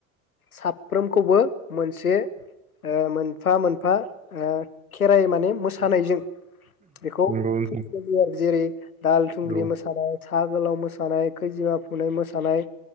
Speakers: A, on the left (about 80°); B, on the right (about 15°).
A: साफ फ्रोमखौबो मोनसे ओ मोनफा मोनफा ओ खेराइ माने मोसानायजों बेखौ
B: नंगौ नोंथां
A: फुजिनाय जायो आरो जेरै दाहाल थुंग्रि
B: औ
A: मोसानाय साहा गोलाव मोसानाय, खैजिमा फुनाय मोसानाय